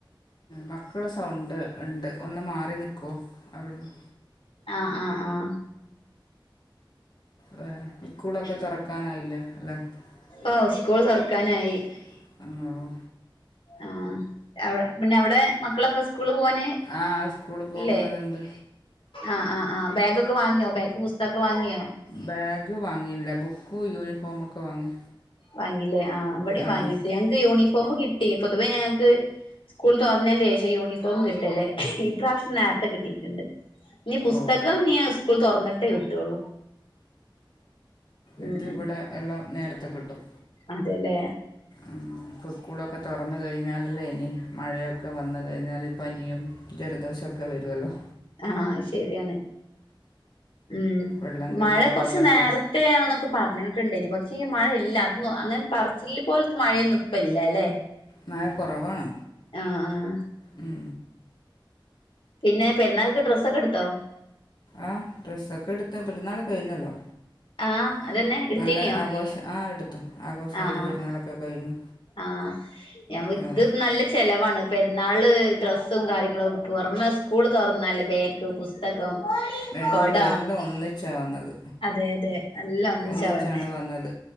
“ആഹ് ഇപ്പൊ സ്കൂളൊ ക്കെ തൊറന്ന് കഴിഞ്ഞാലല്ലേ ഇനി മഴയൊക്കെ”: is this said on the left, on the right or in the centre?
Left